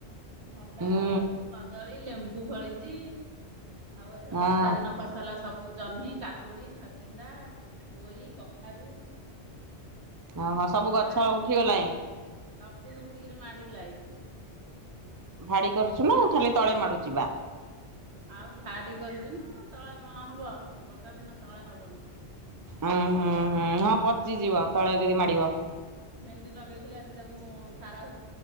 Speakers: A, on the right; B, on the right.
A: ଭଣ୍ଡା
B: ହୁଁ
A: ଗଛ ଅଛି କଦଳୀ ଲେମ୍ବୁ- କୁ ଭଳିଛି ଆଉ ଏ
B: ହଁ
A: ବର୍ଷା ଦିନ ଫସଲ ସବୁ ଜହ୍ନି କାକୁଡ଼ି, ଛଚିନ୍ଦା, ପୋଇ, କଖାରୁ-
B: ଓଁ ହଁ ସବୁ
A: କଲରା
B: ଗଛ ଉଠିଗଲାଣିଁ?
A: ସବୁ ଉଠିକିରି ମାଡ଼ିଲାଇ
B: ଭାଡ଼ି କରୁଛୁ ନା ଖାଲି ତଳେ ମାଡ଼ୁଚି ବା -
A: ଆଉ ଭାଡି କରିଛୁ ନା ତଳେ କଣ ହବ ବର୍ଷା ଦିନ ତଳେ ହବନି।
B: ଉଁ ହୁଁ ହୁଁ ହଁ ପଚିଯିବ
A: ଆଉ
B: ତଳେ ଯଦି ମାଡିବ।
A: ଭେଣ୍ଡି ଲଗେଇଥିଲି ଆଜି ତାକୁ ସାର